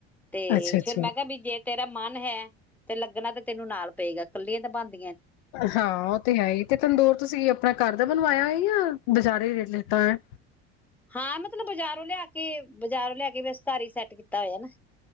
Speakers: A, in the centre; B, on the left.
A: ਤੇ
B: ਅੱਛਾ ਅੱਛਾ
A: ਫਿਰ ਮੈਂ ਕਿਹਾ ਵੀ ਜੇ ਤੇਰੇ ਤੇਰਾ ਮਨ ਹੈ ਤੇ ਲੱਗਣਾ ਤੇ ਤੈਨੂੰ ਨਾਲ ਪਏਗਾ ਕੱਲੀ ਤਾਂ ਬੰਦ
B: ਹਾਂ ਉਹ ਤੇ ਹੈ। ਹੀ ਤੇ ਤੰਦੂਰ ਤੁਸੀਂ ਆਪਣਾ ਘਰ ਦਾ ਬਣਵਾਇਆ ਵਧਆ ਬਜ਼ਾਰੇ ਹੀ ਰੇਟ ਲਤਾ ਹੈ।
A: ਹਾਂ ਮਤਲਬ ਬਜ਼ਾਰੋਂ ਲਿਆ ਕੇ ਬਜ਼ਾਰੋਂ ਲਿਆ ਕੇ ਵਿਸਤਾਰੀ ਸੈੱਟ ਕੀਤਾ ਹੋਇਆ ਨਾ